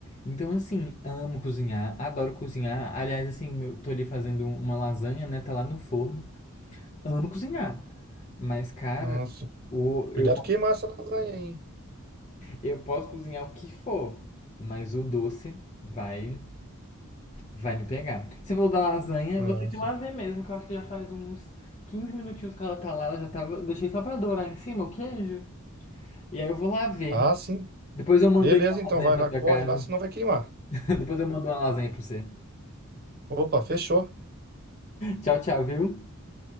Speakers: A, on the left; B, on the right.
A: Então, assim, amo cozinhar, adoro cozinhar. Aliás, assim, eu tô ali fazendo um- uma lasanha, né? Tá lá no forno. Amo cozinhar. Mas, cara,
B: Nossa,
A: o,
B: cuidado
A: eu,
B: queimar essa lasanha aí, hein?
A: eu posso cozinhar o que for, mas o doce vai, vai me pegar. Você falou da lasanha,
B: Nossa.
A: eu vou ter que ir lá ver mesmo, que eu acho que já faz uns 15 minutinhos que ela tá lá, ela já tava. eu Deixei só pra dourar em cima o queijo. E aí eu vou lá ver.
B: Ah, sim.
A: Depois eu mandei
B: Beleza,
A: uma
B: então
A: lasanha
B: vai
A: pra
B: lá,
A: sua
B: corre
A: casa.
B: lá, senão vai queimar.
A: <laughs> Depois eu mando uma lasanha pra você.
B: Opa, fechou.
A: Tchau, tchau, viu?